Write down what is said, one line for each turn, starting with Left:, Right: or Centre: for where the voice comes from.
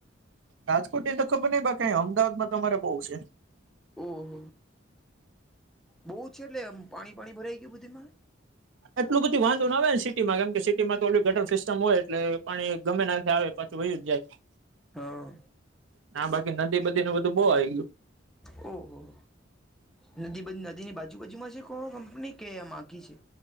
Right: રાજકોટની તો ખબર નહિ બાકી અમદાવાદમાં તો તમારે બહુ છે
Centre: ઓહ બહુ છે એટલે આમ પાણી પાણી ભરાઈ ગયું બધી માં
Right: એટલું બધું વાંધો ન ના આવે ને સિટીમાં કેમ કે સિટીમાં તો ઓ ગટર સિસ્ટમ હોય એટલે પાણી ગમે ના આવે પાછું વયુ જ જાય
Centre: હા
Right: ના બાકી નદી બદીને બધું બહુ આવી ગયું
Centre: ઓહ નદી બદી નદીની બાજુ બાાજુમાં છે કોહો કંપની કે આમ આખી છે